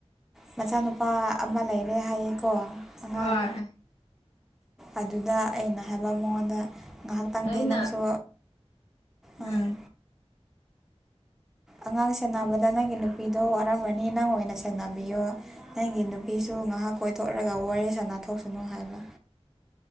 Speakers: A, in the centre; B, on the left.
A: ꯃꯆꯥꯅꯨꯄꯥ ꯑꯃ ꯂꯩꯔꯦ ꯍꯥꯏꯌꯦꯀꯣ ꯑꯉꯥꯡ
B: ꯍꯣꯏ
A: ꯑꯗꯨꯗ ꯑꯩꯅ ꯍꯥꯏꯕ ꯃꯉꯣꯟꯗ ꯉꯥꯏꯍꯥꯛꯇꯪꯗꯤ
B: ꯑꯩꯅ
A: ꯅꯪꯁꯨ
B: ꯎꯝ
A: ꯑꯥ ꯑꯉꯥꯡ ꯁꯦꯟꯅꯕꯗ ꯅꯪꯒꯤ ꯅꯨꯄꯤꯗꯣ ꯋꯥꯔꯝꯃꯅꯤ ꯅꯪ ꯑꯣꯏꯅ ꯁꯦꯟꯅꯕꯤꯌꯣ ꯅꯪꯒꯤ ꯅꯨꯄꯤꯁꯨ ꯉꯥꯏꯍꯥꯛ ꯀꯣꯏꯊꯣꯛꯂꯒ ꯋꯥꯔꯤ ꯁꯥꯟꯅ ꯊꯣꯛꯁꯅꯨ ꯍꯥꯏꯕ